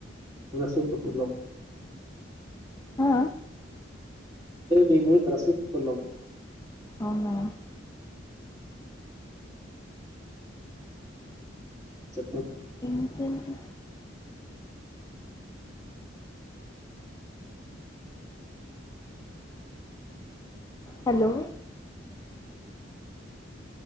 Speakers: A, on the right; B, on the left.
A: వసపర్ల తిన్నాం
B: ఆ
A: అదే మేము ప్రస్తుద్తికున్నాం
B: అవునా
A: చెప్పు
B: ఇంకేంటి హలో